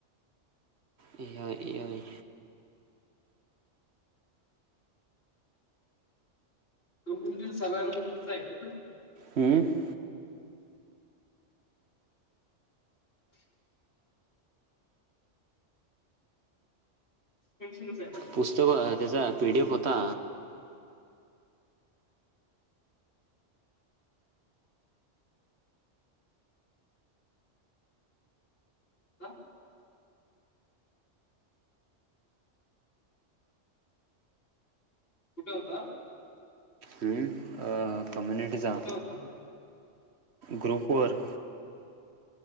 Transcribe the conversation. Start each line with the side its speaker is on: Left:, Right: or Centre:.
Right: ए आय ए
Left: तु म्हणजे सगळ्यांना मीच आहे ना?
Right: आय
Left: कॅल्सी लेस
Right: पुस्तक वा <unintelligible> त्याचा पीडीएफ होता.
Left: का? कुठे होता?
Right: हम्म कम्युनिटीचा.
Left: कुठे होता
Right: ग्रुपवर